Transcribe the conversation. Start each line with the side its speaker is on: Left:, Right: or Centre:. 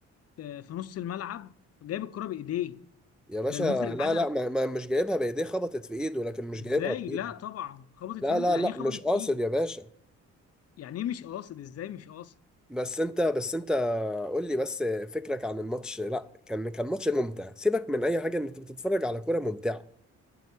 Left: في في نص الملعب جايب الكورة بايديه
Centre: يا باشا
Left: ده المخرج
Centre: لا
Left: عادها
Centre: لا ما ما مش جايبها بايديه خبطت في ايده لكن مش
Left: ازاي
Centre: جايبها بايده
Left: لا طبعا خبطت
Centre: لا
Left: في ايده
Centre: لا
Left: يعني
Centre: لا
Left: ايه خبطت
Centre: مش قاصد
Left: في ايده
Centre: يا باشا
Left: يعني ايه مش قاصد ازاي مش قاصد
Centre: بس انت بس انت قول لي بس فكرك عن الماتش لا كان كان ماتش ممتع سيبك من اي حاجه ان انت بتتفرج على كوره ممتعه